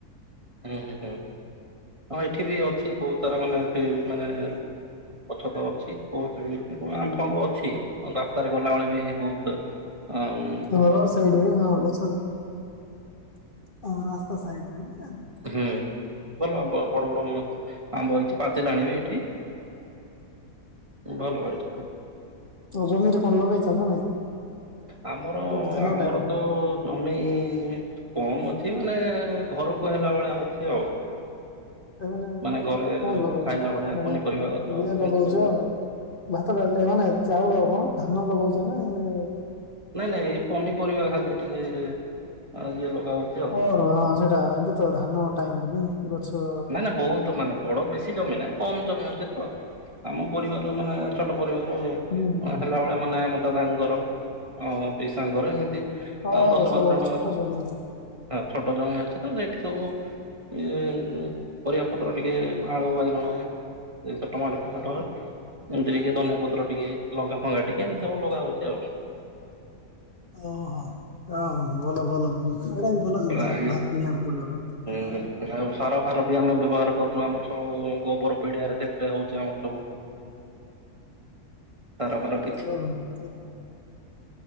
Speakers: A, on the right; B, on the left.
A: ହୁଁ ହୁଁ ହୁଁ ଏଠି ବି ଅଛି ବହୁତ ସାରା ମାନେ ଅଛି, ମାନେ ଗଛ ତ ଅଛି ବହୁତ ଆମ୍ୱ ଫାମ୍ବ ଅଛି ରାସ୍ତାରେ ଗଲାବେଳେ ବି ବହୁତ ଆମ୍
B: ହ ରୋଡ ସାଇଡରେ ହଁ ଗଛ ଆଉ ରାସ୍ତା ସାଇଡରେ
A: ହୁଁ ଭଲ ଆମ୍ବ ବଡ ବଡ ଆମ୍ବ ହେଇଛି ପାଚିଲାଣି ବି ଏଠି। ଭଲ ଏଠି।
B: ଜମିରେ କଣ ଲଗେଇଛ ନା ନାଇଁ?
A: ଆମର
B: ଏଇତ ଧାନ
A: ଆମର
B: ଟାଇମ ଏଟା
A: ତ ଜମି କମ ଅଛି ମାନେ ଘରକୁ ହେଲା ଭଳିଆ ଅଛି ଆଉ।
B: ଏମାନେ
A: ମାନେ ଘରେ
B: କଣ ଲଗାଉଛ
A: ଖାଇଲା ଭଳିଆ
B: ମାନେ
A: ପନିପରିବା ଗଛ
B: ଇଏ
A: ଏମିତି
B: ଲଗାଉଛ
A: ସବୁ ଲ
B: ଭାତ ଡାଲି ଆଉକଣ ଚାଉଳ କଣ ଧାନ ଲଗଉଛ ନା ଆଉ?
A: ନାଇଁ ନାଇଁ ଏ ପନିପରିବା ଖାଲି ଟିକେ ଇଏ ଲଗା ହଉଛି। ଆଉ।
B: ଓ ହୋ ହଁ ସେଇଟା ଏବେ ତ ଧାନ ଟାଇମ କି ନାଇ ଗଛ
A: ନା ନା ବହୁତ ତ ମାନେ ବଡ ବେଶୀ ଜମି ନାହିଁ କମ ଜମି ଅଛି ତ ଆମ ପରିବାର ମାନେ ଛୋଟ ପରିବାର। ଉ
B: ହୁଁ ହୁଁ
A: ହେଲାବେଳେ ମାନେ ଆମ ଦାଦାଙ୍କର ପିସାଙ୍କର ଏମି
B: ହଁ
A: ଆମ୍ ଦଶ
B: ସେଇଭଳିଆ
A: ବାର ଜଣ
B: ଛୋଟ ଜମି
A: ହଁ ଛୋଟ ଜମି ଅଛି ତ ସେଇଠି ସବୁ ଏ ପରିବା ପତ୍ର ଟିକେ ଆଳୁ ବାଇଗଣ ଏ ଟମାଟୋ ଫମାଟ ଏମିତି ଟିକେ ଧନିଆ ପତ୍ର ଟିକେ ଲଙ୍ଗା ଫଙ୍ଗା ଟିକେ ଏମିତି ସବୁ ଲଗା ହାଉଛି ଆଉ।
B: ଓହୋ ହ ଭଲ ଭଲ ଏଇଟା ବି ଭଲ
A: ପୁରା
B: ଜିନିଷ
A: ଇଏ
B: ବାହାର କିଣିବାକୁ ପଡିବନି।
A: ହୁଁ ଆଉ ସାର ଫାର ବି ଆମେ ବ୍ୟବହାର କରୁନୁ, ଆମର ସବୁ ଗୋବର ପିଡିଆରେ ସେଥିରେ ହଉଛି ଆମର ସବୁ। ତରବର।
B: <unintelligible>